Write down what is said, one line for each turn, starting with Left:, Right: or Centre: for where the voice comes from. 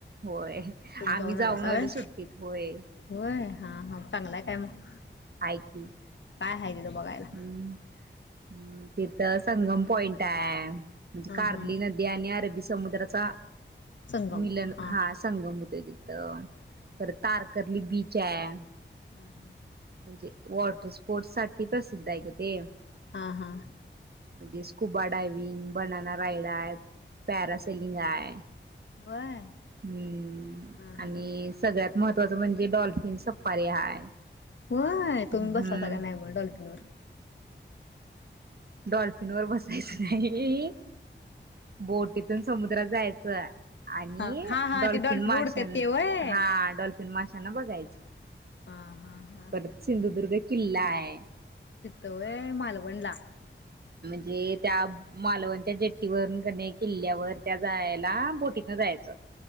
Right: होय
Left: तुम्ही
Right: आम्ही
Left: आलासा
Right: जाऊन
Left: वय
Right: आलो सुट्टीत होय.
Left: होय हा हा चांगलाय काय मग?
Right: हाय की
Left: काय आहे तिथं बघायला
Right: हम् हम् तिथं संगम पॉइंट टाय. म्हणजे
Left: हा
Right: कार्ली
Left: हा
Right: नदी आणि अरबी समुद्राचा
Left: संगम
Right: मिलन,
Left: हा
Right: हां संगम होतय तित. <inaudible> पर तारकली बी च्याया
Left: हां-हां.
Right: म्हणजे, वॉटर स्पोर्टस साठी प्रसिद्ध हाय गं ते. म्हणजे
Left: हा हा
Right: स्कूबाट डायविंग, बनना राईड आय, पॅरा सिलिंग आय.
Left: वय
Right: हम्म,
Left: हा
Right: आणि
Left: हा
Right: सगळ्यात महत् त ज म्हणजे डॉल्फिन सफारी हाय.
Left: होय, तुम्ही
Right: हम्म
Left: बसला होता का नाही म डॉल्फिनवर?
Right: डॉल्फिनवर बसायचं नाही. बोटीथून समुद्रात जाय <unintelligible> आणि,
Left: हा हा हा
Right: डॉल्फिन
Left: ते
Right: माशान्
Left: उडते ते वय
Right: हां डॉल्फिन माशांना बघायचं.
Left: हा हा हा
Right: परत सिंधुदुर्ग एक् किल्ला आय.
Left: तितं वय मालवणला.
Right: जे त्याब् मालवनच्या जेट्टीवरून कनी किल्ल्यावर त्या जाय लांब बोटीतनं जायाचं.